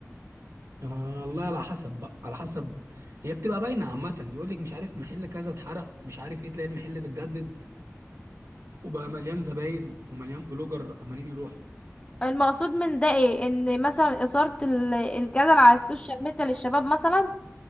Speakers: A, on the right; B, on the left.
A: آه الله على حسب بقى على حسب هي بتبقى باينه عامه يقول لك مش عارف محل كذا اتحرق مش عارف ايه تلاقي المحل ده اتجدد وبقى مليان زباين ومليان بلوجر عمالين يروحوا
B: المقصود من ده ايه ان مثلا إثارة ال- الجدل على السوشيال ميديا للشباب مثلا